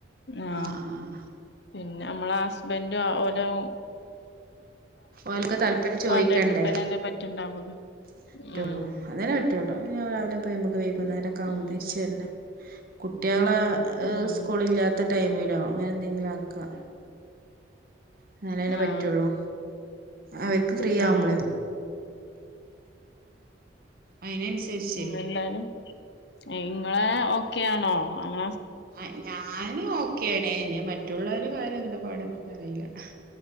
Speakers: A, on the left; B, on the right.
A: ആഹ്
B: ആഹ ആഹ ആ
A: പിന്നെ നമ്മളെ ഹസ്ബൻഡും ഓലോ
B: ഓൽക്ക് <unintelligible> ചോയ്ക്കണ്ടേ
A: വൺ ഡേ ട്രിപ്പിനല്ലേ പറ്റ്ണ്ടാവുള്ളു
B: റ്റുള്ളൂ
A: ഉം
B: അതെന്നെ പറ്റൊള്ളൂ രാവിലെ പോയി നമുക്ക് വൈക്കുന്നേരൊക്കാവുമ്പോ
A: ഉം ഉം
B: തിരിച്ചു വെര്ണ്ടെ കു കുട്ടികളെ
A: ഉം
B: സ്കൂളില്ലാത്ത ടൈമിലോ അങ്ങനെ എന്തെങ്കിലും ആക്ക അങ്ങനല്ലേ
A: ആഹ്
B: പറ്റുള്ളൂ അവർക്ക് ഫ്രീ ആവുമ്പൊളെ
A: ആഹ്
B: അതിനനുസരിച്ച്
A: ഉം എന്തായാലും ഇങ്ങളെ ഓക്കെയാണോ അങ്ങ
B: ആ ഞാന് ഓക്കെയണേ മറ്റ മറ്റുള്ളവര കാര്യം എന്താ പാട് എന്നറിയില്ല ഹ